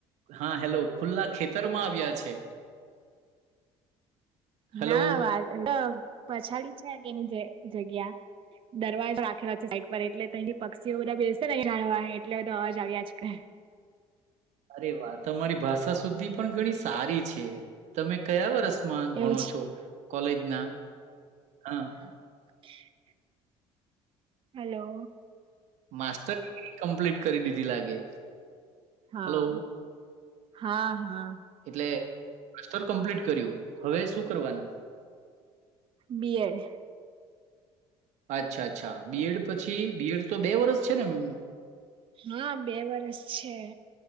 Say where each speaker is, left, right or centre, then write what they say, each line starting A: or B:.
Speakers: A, on the right (about 70°); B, on the right (about 45°).
A: હા હેલો ખુલ્લા ખેતરમાં આવ્યા છે હલો
B: ના વાત પછાડી છે કેની જગ્યા દરવાજા રાખેલા છે સાઈડ પર એટલે ત પક્ષીઓ બધા બેસે ન જાવા એટલે બધા અવાજ આવ આજકા
A: અરે વાહ તમારી ભાષા સુધ્ધી ધી પણ ઘણી સારી છે તમે કયા વર્ષમાં
B: એવું
A: ભણો
B: છે
A: છો કોલેજ ના હા
B: <inaudible> હલો
A: માસ્ટર ડિગ્રી કમ્પ્લીટ કરી દીધી લાગે
B: હા
A: હલો
B: હા હા
A: એટલે માસ્ટર કમ્પ્લીટ કર્યું હવે શું કરવાના
B: બી એડ
A: અચ્છા અચ્છા બીએડ પછી બીએડ તો બે વરષ છે ને એમ
B: હા બે વર્ષ છે